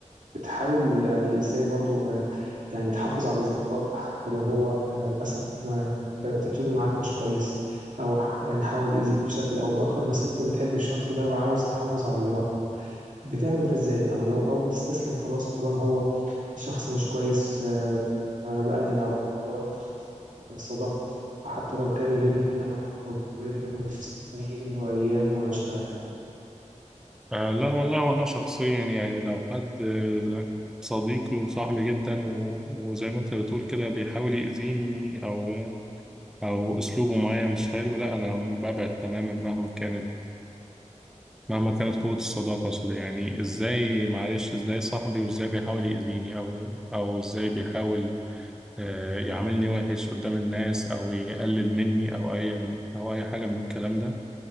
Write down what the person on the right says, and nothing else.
بتحاول يعني ازاي برضو آه، يعني تحافظ على الاصدقاء حتى لو هو آه، للاسف ما كان اتيتيودو معاك مش كويس او ح- يعني حاول يأذيك بشكل او باخر بس انت بتحب الشخص ده وعاوز تحافظ على العلاقه بتعمل ده ازاي او لو او بتستسلم خلاص طالما هو الشخص مش كويس آه، بأنهي العلاقه الصداقه حتى لو كان بيننا وبينه سنين وايام وعشرة يعني